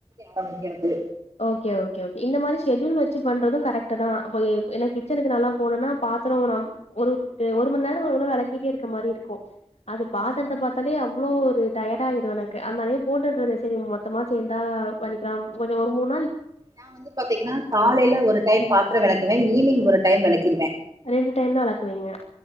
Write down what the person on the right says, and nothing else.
ஆரம்பிக்கிறது
ம்
நா வந்து பாத்தீங்கன்னா காலையில ஒரு டைம் பாத்திரம் விளக்குவேன் ஈவினிங் ஒரு டைம் விளக்கிடுவ